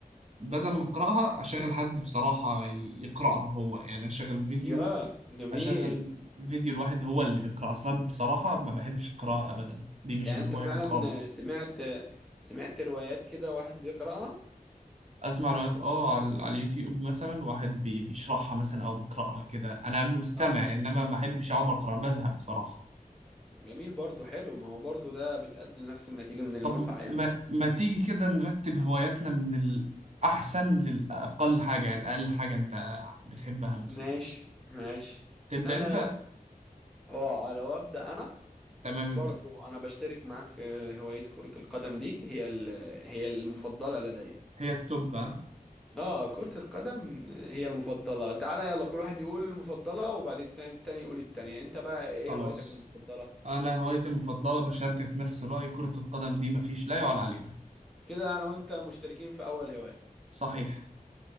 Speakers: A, on the right; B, in the centre.
A: بدل ما اقراها اشغل حد بصراحه ي- يقراها هو يعني اشغل فيديو
B: يا جميل
A: اشغل فيديو الواحد هو اللي بيقرا اصلا بصراحه ما بحبش القراءه ابدا دي مش
B: يعني
A: من
B: انت
A: هواياتي
B: فعلا
A: خالص
B: سمعت سمعت روايات كده واحد بيقرأها
A: اسمع روايات اه على على اليوتيوب مثلا واحد بي- بيشرحها مثلا او بيقراها كده انا مستمع
B: اه
A: انما ما احبش اقعد اقرا بزهق بصراحه
B: جميل برضو حلو ما هو برضو ده بتقدم نفس النتيجة من المتعة
A: طب
B: يعني
A: ما, ما تيجي كده نرتب هواياتنا من الأحسن للأقل حاجة يعني أقل حاجة أنت بتحبها مثلا
B: ماشي ماشي
A: تبدأ
B: انا
A: أنت
B: اه لو ابدا انا
A: تمام
B: برضو
A: ابدأ
B: انا بشترك معاك في هواية كرة القدم دي هي ال... هي المفضلة لدي
A: هي التوب ها؟
B: اه كرة القدم هي المفضلة تعالى يلا كل واحد يقول المفضلة وبعد التاني التاني يقول التانية انت بقى ايه
A: خلاص
B: هوايتك المفضلة
A: أنا هوايتي المفضلة بشاركك نفس الرأي كرة القدم دي مفيش لا يعلى عليها
B: كده انا وانت مشتركين في اول هواية
A: صحيح